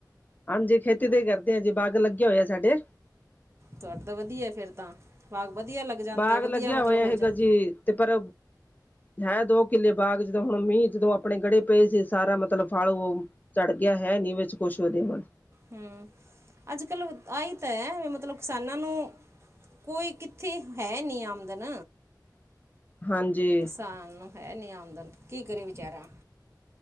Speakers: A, on the left (about 25°); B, on the right (about 35°).
A: ਹਾਂਜੀ ਖੇਤੀ ਦਾ ਈ ਕਰਦੇ ਆ ਜੇ ਬਾਗ ਲੱਗੇ ਹੋਏ ਆ ਸਾਡੇ,
B: ਤੁਹਾਡੇ ਤਾਂ ਵਧੀਆ ਫਿਰ ਤਾਂ, ਬਾਗ ਵਧੀਆ ਲੱਗ ਜਾਂਦਾ
A: ਬਾਗ
B: ਵਧੀਆ
A: ਲੱਗਿਆ
B: ਮਤਲਬ
A: ਹੋਇਆ
B: ਹੋ
A: ਹੈਗਾ
B: ਜਾਣ
A: ਜੀ ਤੇ ਪਰ ਹੈ ਦੋ ਕਿੱਲੇ ਬਾਗ ਜਦੋਂ ਹੁਣ ਮੀਂਹ ਜਦੋਂ ਆਪਣੇ ਗੜੇ ਪਏ ਸੀ ਸਾਰਾ ਮਤਲਬ ਔ। ਚੜ੍ਹ ਗਿਆ ਹੈ ਨੀ ਵਿੱਚ ਕੁਛ ਉਹਦੇ ਹੁਣ
B: ਹੂੰ ਅੱਜ ਕੱਲ੍ਹ ਆਹੀ ਤਾਂ ਐ ਵੀ ਮਤਲਬ ਕਿਸਾਨਾਂ ਨੂੰ ਕੋਈ ਕਿੱਥੇ ਹੈ ਨੀ ਆਮਦਨ
A: ਹਾਂਜੀ,
B: ਕਿਸਾਨ ਨੂੰ ਹੈ ਨੀ ਆਮਦਨ ਕੀ ਕਰੇ ਵਿਚਾਰਾ।